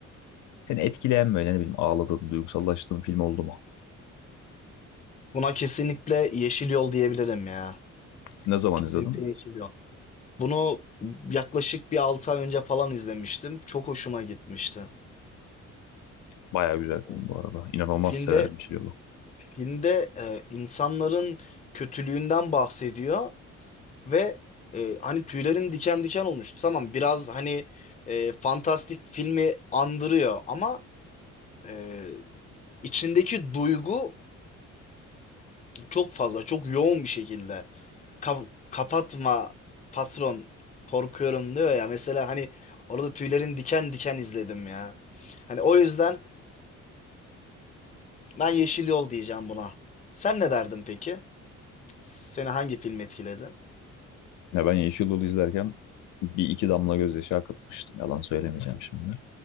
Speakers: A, on the left; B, on the left.
A: Seni etkileyen böyle ne bileyim ağladığın, duygusallaştığın film oldu mu?
B: Buna kesinlikle yeşil yol diyebilirim ya.
A: Ne zaman
B: Kesinlikle
A: izledin?
B: yeşil yol. Bunu yaklaşık bir 6 ay önce falan izlemiştim. Çok hoşuma gitmişti.
A: Baya güzel film
B: O
A: bu arada. İnanılmaz
B: filmde
A: severim Yeşil Yol'u.
B: filmde e, insanların kötülüğünden bahsediyor ve e, hani tüylerim diken diken olmuştu. Tamam biraz hani e, fantastik filmi andırıyor ama e, içindeki duygu çok fazla, çok yoğun bir şekilde. Ka- kapatma patron korkuyorum diyor ya mesela hani orada tüylerin diken diken izledim ya. Hani o yüzden ben Yeşil Yol diyeceğim buna. Sen ne derdin peki? Seni hangi film etkiledi?
A: Ya ben Yeşil Yol'u izlerken bir iki damla gözyaşı akıtmıştım. Yalan söylemeyeceğim şimdi.